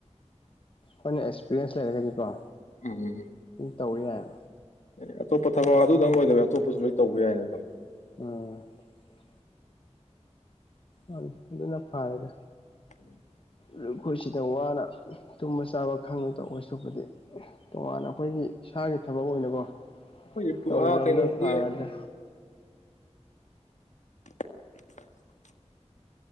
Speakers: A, on the left; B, on the left.
A: ꯍꯣꯏꯅ ꯑꯦꯛꯁꯄꯤꯔꯤꯌꯦꯟꯁ ꯂꯩꯔꯒꯗꯤꯀꯣ
B: ꯎꯝ
A: ꯇꯧꯔꯤ ꯌꯥꯏ
B: ꯑꯦ ꯑꯇꯣꯞꯄ ꯊꯕꯛ ꯑꯗꯨꯗꯪ ꯑꯣꯏꯗꯕ ꯑꯇꯣꯞꯄꯁꯨ ꯂꯣꯏ ꯇꯧꯕ ꯌꯥꯏꯅꯦ ꯑꯗꯨꯝ
A: ꯑ ꯑ ꯑꯗꯨꯟꯅ ꯐꯔꯗ
B: ꯎꯝ
A: ꯑꯩꯈꯣꯏꯁꯤꯗ ꯋꯥꯅ ꯇꯨꯝꯕ ꯆꯥꯕ ꯈꯪꯗ ꯇꯈ ꯁꯣꯛꯄꯗꯤ ꯇꯣꯉꯥꯟꯅ ꯑꯩꯈꯣꯏꯒꯤ ꯏꯁꯥꯒꯤ ꯊꯕꯛ ꯑꯣꯏꯅꯀꯣ
B: ꯑꯩꯈꯣꯏꯁꯦ ꯄꯨꯔꯥ
A: ꯇꯧꯖꯧꯖ
B: ꯀꯩꯅꯣꯒꯤ
A: ꯐꯔꯗ
B: <inaudible>